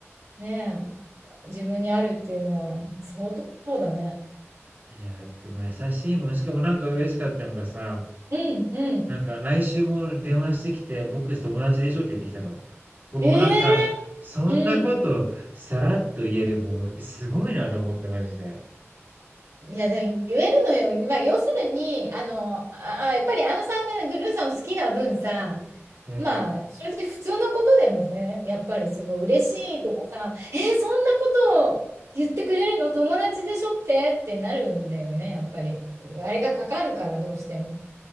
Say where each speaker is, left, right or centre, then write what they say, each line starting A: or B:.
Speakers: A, on the right; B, on the right.
A: ねえ、自分にあるっていうのは相当だね。
B: いや、だってもう優しいもん、しかもなんか嬉しかったのがさ、
A: うんうん。
B: なんか「来週も電話してきて、僕たち友達でしょ」って言ってきたの。僕もなんか、
A: ええ
B: そんなことさらっと言える、
A: うん。
B: もうすごいなと思って、マジで。
A: いや、でも言えるのよ。まあ、要するに、あの、あ、あやっぱりあのさんがねグルーさんを好きな分さ、
B: うん。
A: まあ、正直普通のことでもね、やっぱりすごい嬉しいとかさ、えーそんなことを言ってくれるの友達でしょってってなるんだよね、やっぱり。あれがかかるから、どうしても。